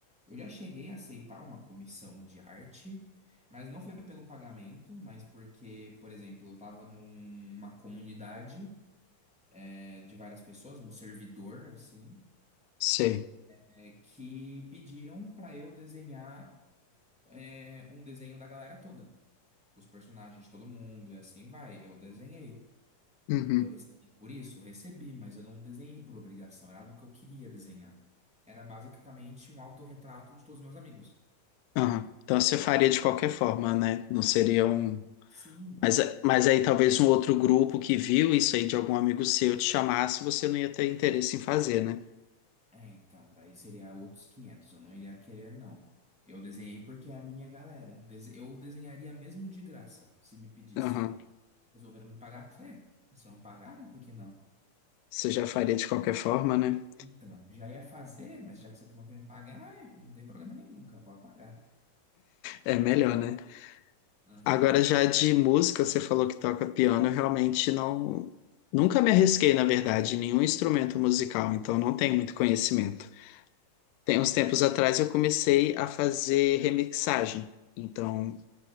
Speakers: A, in the centre; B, on the left.
A: Eu já cheguei a aceitar uma comissão de arte, mas não foi pelo pagamento, mas porque, por exemplo, eu estava numa comunidade, é, de várias pessoas, um servidor, assim,
B: sei.
A: é, que pediram para eu desenhar, é, um desenho da galera toda, os personagens de todo mundo, e assim vai. Eu desenhei.
B: Uhum.
A: Eu recebi por isso, recebi, mas eu não desenhei por obrigação, era algo que eu queria desenhar. Era basicamente um autorretrato de todos os meus amigos.
B: aham. Então você faria de qualquer forma, né? Não seria um.
A: Sim.
B: Mas, é, mas aí talvez um outro grupo que viu isso aí de algum amigo seu te chamasse, você não ia ter interesse em fazer, né?
A: É, então, daí seria outros 500, eu não iria querer, não. Eu desenhei porque é a minha galera. Dese- Eu desenharia mesmo de graça, se me pedissem.
B: Aham.
A: Resolveram me pagar, eu falei, "É, se vão pagar, né? Por que não?
B: Você já faria de qualquer forma, né?
A: Então, já ia fazer, mas já que você não quer me pagar, é, não tem problema nenhum, cara, pode pagar.
B: É melhor, né?
A: Aham.
B: Agora já de música, você falou que toca piano, eu realmente não. Nunca me arrisquei, na verdade, em nenhum instrumento musical, então não tenho muito conhecimento. Tem uns tempos atrás eu comecei a fazer remixagem. Então,